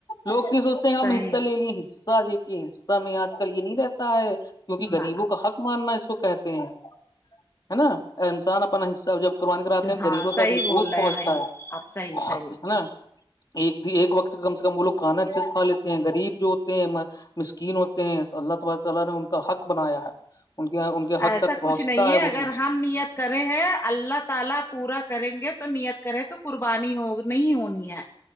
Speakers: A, on the left; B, on the left.
A: لوگ سے سوچتے ہیں ہم
B: صحیح
A: حصہ لے لیے دیک کے حصہ میں آج کل یہ نہیں رہتا ہے کیونکہ غریبوں
B: نہ
A: کا حق ماننا اس کو کہتے ہیں ہے نا انسان اپنا حصہ جب کروانے کراتتے ہیں
B: ہاں
A: غریبوں
B: صحیح
A: کا گوشت
B: بول رہے
A: پہنچتا
B: ہیں بھائی
A: ہے
B: آپ صحیح صحیح
A: ہے
B: صحیح
A: نا ایک ایک وقت کم سے کم وہ لوگ کھانا اچھے سے کھا لیتے ہیں غریب جو ہوتے ہیں مسکین ہوتے ہیں تو اللہ تعبیرات تالا نے ان کا حق بنایا ہے ان کے حد
B: ایسا
A: تک پہنچتا
B: کچھ نہیں ہے
A: وہ
B: اگر
A: چیز
B: ہم نیت کریں ہیں اللہ تعالی پورا کریں گے تو نیت کریں تو قربانی ہوگی نہیں ہونی ہے